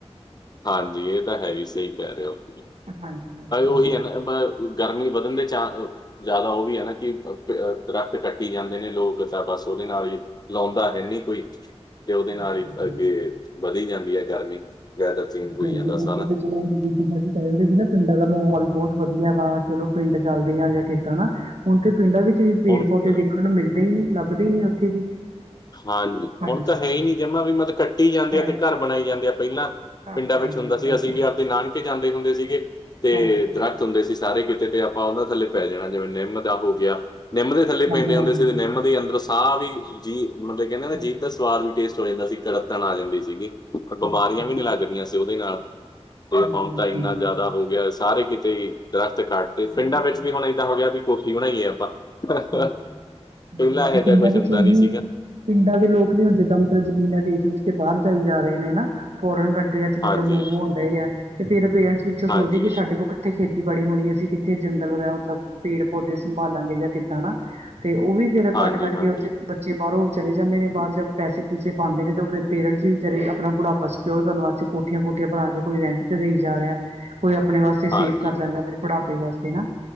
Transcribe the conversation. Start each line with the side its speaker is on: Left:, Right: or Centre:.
Left: ਹਾਂਜੀ, ਇਹ ਤਾਂ ਹੈ ਹੀ ਸਹੀ, ਕਹਿ ਰਹੇ ਹੋ,
Right: ਹਾਂਜੀ ਹਾਂਜੀ
Left: ਉਹੀ ਹੈ ਨਾ। ਗਰਮੀ ਵਧਣ ਦੇ ਚ ਜ਼ਿਆਦਾ ਉਹ ਵੀ ਹੈਨਾ, ਕਿ ਦਰਤ ਕੱਟੀ ਜਾਂਦੇ ਨੇ ਲੋਕ। ਚਲ ਬਸ ਉਹਦੇ ਨਾਲ ਹੀ, ਲਾਉਂਦਾ ਹੈ ਨਹੀਂ ਕੋਈ। ਤੇ ਉਹਦੇ
Right: ਹਾਂਜੀ
Left: ਨਾਲ,
Right: ਹਾਂਜੀ
Left: ਬਲਕਿ ਵਧੀ ਜਾਂਦੀ ਹੈ ਗਰਮੀ। ਵੈਦਰ ਚੇਂਜ
Right: ਹਾਂਜੀ
Left: ਹੋਈ ਜਾਂਦਾ
Right: -ਹਾਂਜੀ
Left: ਸਾਰਾ
Right: ਅੱਗੇ ਤੇ ਚਲੋ ਹਜੀ। ਕੇਂਦੇ ਸੀ ਨਾ, ਪਿੰਡਾਂ ਦਾ ਮਾਹੌਲ ਬਹੁਤ ਵਧੀਆ ਵਾ, ਚਲੋ ਪਿੰਡ ਚੱਲਦੇ ਆ, ਜਾਂ ਕਿੱਦਾਂ ਨਾ। ਹੁਣ ਤੇ ਪਿੰਡਾਂ ਵਿੱਚ ਵੀ, ਪੇੜ
Left: ਹੁਣ
Right: ਪੌਦੇ
Left: ਤਾਂ
Right: ਦੇਖਣ ਨੂੰ ਮਿਲਦੇ ਹੀ, ਨੀ ਲੱਭਦੇ ਹੀ ਨ ਉੱਥੇ ਵੀ।
Left: ਹਾਂਜੀ,
Right: ਹਾਂਜੀ,
Left: ਹੁਣ ਤਾਂ ਹੈ ਹੀ ਨਹੀਂ, ਜਮਾ ਵੀ ਮਤਲਬ ਕੱਟੀ ਜਾਂਦੇ
Right: ਹੈ
Left: ਆ, ਤੇ
Right: ਈ
Left: ਘਰ ਬਣਾਈ ਜਾਂਦੇ ਆ। ਪਹਿਲਾਂ
Right: ਘਰ
Left: ਪਿੰਡਾਂ
Right: ਬਣਾਈ
Left: ਵਿੱਚ
Right: ਜਾਂਦੇ
Left: ਹੁੰਦਾ ਸੀ।
Right: ਬਸ।
Left: ਅਸੀਂ ਵੀ ਆਪਣੇ ਨਾਨਕੇ ਜਾਂਦੇ ਹੁੰਦੇ ਸੀਗੇ, ਤੇ
Right: ਹਾਂਜੀ।
Left: ਦਰੱਖਤ ਹੁੰਦੇ ਸੀ ਸਾਰੇ ਕਿਤੇ, ਤੇ ਆਪਾਂ ਉਹਨਾਂ ਥੱਲੇ ਪੈ ਜਾਣਾ, ਜਿਵੇਂ ਨਿੰਮ ਦਾ ਹੋ ਗਿਆ। ਨਿੰਮ ਦੇ ਥੱਲੇ ਪੈਂਦੇ
Right: ਹਾਂਜੀ-ਹਾਂਜੀ।
Left: ਹੁੰਦੇ ਸੀ, ਤੇ ਨਿੰਮ ਦੇ ਅੰਦਰ ਸਾਹ ਵੀ, ਜੀਅ ਮਤਲਬ, ਕਹਿੰਦੇ ਹੋਂਦੇ,
Right: ਹਾਂਜੀ,
Left: ਜੀਭ ਦਾ ਸਵਾਦ
Right: ਹਾਂਜੀ,
Left: ਵੀ ਟੇਸਟ। <unintelligible> ਕੜੱਤਣ ਆ ਜਾਂਦੀ ਸੀਗੀ, ਪਰ ਬਿਮਾਰੀਆਂ
Right: ਹਾਂਜੀ।
Left: ਵੀ ਨਹੀਂ ਲੱਗਦੀਆਂ ਸੀ, ਉਹਦੇ ਨਾਲ। ਪ੍ਰੋਫਾਮ
Right: ਹਾਂਜੀ-ਹਾਂਜੀ।
Left: ਤਾਂ ਇੰਨਾ ਜ਼ਿਆਦਾ ਹੋ, ਗਿਆ ਸਾਰੇ ਕਿਤੇ ਦਰਖਤ ਕੱਟ ਦੇ
Right: ਬਿਲਕੁਲ।
Left: ਪਿੰਡਾਂ ਵਿੱਚ ਵੀ ਹੁਣ ਇਹੀ। ਹਫ਼ਤਾ ਹੋ ਗਿਆ, ਵੀ ਕੌਫ਼ੀ ਬਣਾਈਏ ਆਪਾਂ। ਹਾਂ,
Right: ਬਸ
Left: ਹਾਂ ਪਹਿਲਾਂ
Right: ਹਾਂਜੀ-ਹਾਂਜੀ
Left: ਇਹੋ ਜਿਹਾ
Right: ਪਿੰਡਾਂ
Left: ਕੁਝ
Right: ਵਿੱਚ
Left: ਹੁੰਦਾ
Right: ਉਹੀ
Left: ਨਹੀਂ ਸੀ।
Right: ਪਿੰਡਾਂ ਦੇ ਲੋਕ ਵੀ ਹੁਣ, ਜਿੱਦਾਂ ਮਤਲਬ, ਜ਼ਮੀਨਾਂ ਵੇਚ-ਵੇਚ ਕੇ ਬਾਹਰ ਚੱਲੇ ਜਾ ਰਹੇ ਨੇ ਨਾ, ਫ਼ੌਰਨ ਕੰਟਰੀਆਂ।
Left: ਹਾਂਜੀ
Right: ਮਤਲਬ ਮੂਵ ਹੋਣ ਡਹੇ ਆ, ਤੇ ਫਿਰ ਪੇਰੈਂਟਸ ਪਿੱਛੋਂ ਸੋਚਦੇ
Left: ਹਾਂਜੀ,
Right: ਕਿ ਸਾਡੇ ਕੋਲ ਕਿੱਥੇ ਖੇਤੀਬਾੜੀ ਹੋਣੀ, ਅਸੀਂ ਕਿੱਥੇ ਜੰਗਲ ਵਗੈਰਾ, ਮਤਲਬ ਪੇੜ-ਪੌਦੇ ਸੰਭਾਲਾਂਗੇ, ਯਾ ਕਿੱਦਾਂ ਨਾ? ਤੇ ਉਹ ਵੀ ਫਿਰ
Left: ਹਾਂਜੀ,
Right: ਕੱਟ-ਕੱਟ
Left: ਹਾਂਜੀ,
Right: ਕੇ ਉੱਥੇ ਚੇ ਬਾਹਰੋਂ ਚਲੇ ਜਾਂਦੇ ਨੇ। ਬਾਹਰ ਜਾ ਕੇ ਪੈਸੇ-ਪੂਸੇ ਪਾਉਂਦੇ ਨੇ, ਤਾਂ ਫਿਰ ਪੇਰੈਂਟਸ ਵੀ ਆਪਣਾ ਬੁਢਾਪਾ ਸਕਿਓਰ ਕਰਨ ਵਾਸਤੇ ਕੋਠੀਆਂ-ਕੋਠੀਆਂ ਪਾ ਕੇ, ਕੋਈ ਰੈਂਟ ਤੇ ਦੇਈ ਜਾ ਰਿਹਾ। ਕੋਈ ਆਪਣੇ ਵਾਸਤੇ, ਸੈਫ਼
Left: ਹਾਂਜੀ,
Right: ਕਰ ਲੈਂਦਾ, ਫਿਰ ਬੁਢਾਪੇ ਵਾਸਤੇ ਨਾ।